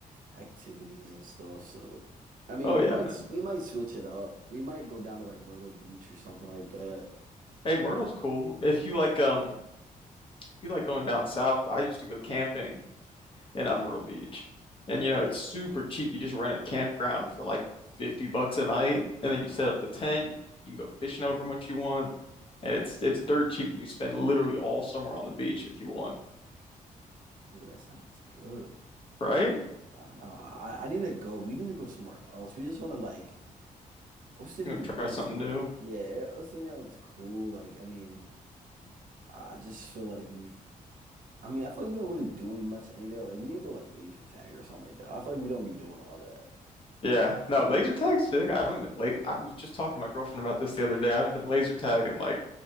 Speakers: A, on the right; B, on the left.
A: activities and stuff. So I mean,
B: Oh
A: we
B: yeah,
A: might
B: man.
A: we might switch it up. We might go down to like Myrtle Beach or something like that.
B: Hey, Myrtle's cool. If you like um, if you like going down south, I used to go camping in uh, Myrtle Beach. And you know, it's super cheap. You just rent a campground for like 50 bucks a night, and then you set up the tent. You can go fishing however much you want, and it's it's dirt cheap, and you spend literally all summer on the beach if you want,
A: Oh, that sounds good.
B: right?
A: Yeah, no, I I need to go. We need to go somewhere else. We just want to like O City,
B: You want
A: Maryland's
B: to try something new?
A: yeah, O City, Maryland's cool. Like, I mean, I I just feel like we've I mean, I feel like we don't really do much any there. Like we need to go like laser tag or something like that. I feel like we don't be doing all that
B: Yeah. No, laser tag's sick. I haven't been late. I was just talking to my girlfriend about this the other day. I haven't been laser tag in like,